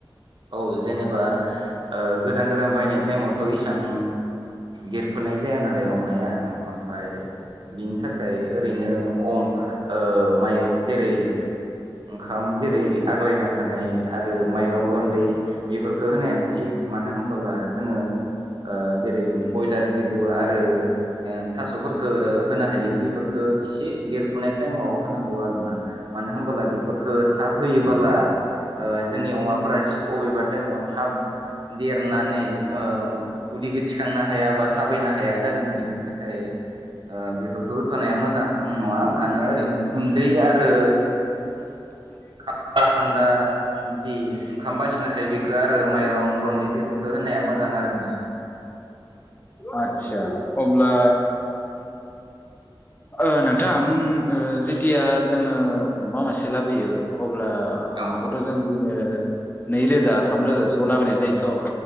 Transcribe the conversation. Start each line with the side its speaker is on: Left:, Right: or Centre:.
Right: औ जेनेबा ओ गोदान गोदान बायनाय टाइमावथ' इसां देरफुनाय जाया नालाय अमाया ओमफ्राय बिनि थाखाय ओरैनो अम ओ माइ जेरै ओंखाम जेरै आग्लायना थानाय आरो माइरं रन्दै बेफोरखौ होनायानो थिग मानो होनबोला जोंङो ओ जेरै ब्रयलार बिबु आरो थास'फोरखौ होनो हायो बेफोरखो एसे देरफुनाय टाइमाव होनांगौ आरो ना मानो होनबोला बेफोरफोरखो थाब होयोबोला ओ अमाफोरा सि अबेबा टाइमाव थाब देरनानानै ओ अ उदैखौ थिखांनो हाया बा थाबायनो हाया जागोन बिनि थाखाय बेफोरखौ होथ'नाया मोजां नङा ओंखायनो ओरैनो गुन्दै आरो खा-खान्दा जि ओंखाम बासिना थायो बेखो आरो माइरं रन्दै बेफोरफोरखौ होनाया मोजां आरो ना
Left: आदसा अब्ला ओ नोंथां जेथिया जोंङो अमा मासे लाबोयो अब्ला
Right: औ।
Left: अमाखौथ' जों बिदिनो नैरोजा थामरोजासोआव लाबोनाय जायोथ'